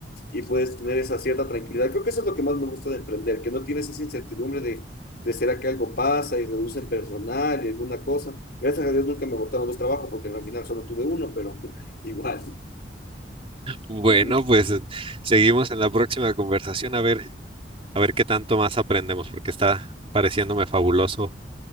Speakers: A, on the left; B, on the right.
A: y puedes tener esa cierta tranquilidad. Creo que eso es lo que más me gusta de emprender, que no tienes esa incertidumbre de, de será que algo pasa y reducen personal y alguna cosa. Gracias a Dios nunca me botaron dos trabajos porque al final solo tuve uno, pero <laughs> igual.
B: Bueno,
A: <laughs>
B: pues eh, seguimos en la próxima conversación a ver, a ver qué tanto más aprendemos, porque está pareciéndome fabuloso